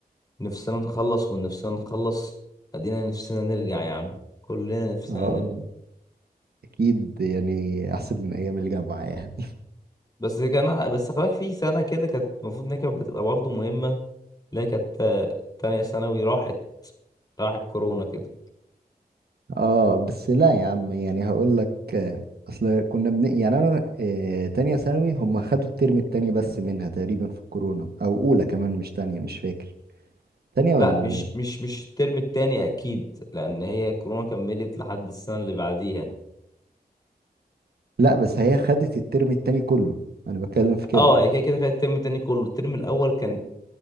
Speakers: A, on the left; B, on the right.
A: نفسنا نخلص ونفسنا نخلص ادينا نفسنا نرجع يا عم كلنا نفسنا
B: اه
A: نرجع
B: اكيد يعني احسن من ايام الجامعة يعني
A: بس كان بس خلاك في سنة كده كانت المفروض إن هي كانت بتبقى برضه مهمة لا كانت آه، تانية ثانوي راحت راحت كورونا كده
B: اه بس لا يا عم يعني هقول لك آه، اصل كنا بن... يعني انا آه، تانية ثانوي هم خدوا الترم التاني بس منها تقريبا في الكورونا او اولى كمان مش تانية مش فاكر تانية
A: لا
B: ولا اولى
A: مش مش مش الترم التاني أكيد لأن هي كورونا كملت لحد السنة اللي بعديها
B: لا بس هي خدت الترم التاني كله انا بتكلم في كده
A: اه هي كده كده خدت الترم التاني كله الترم الأول كان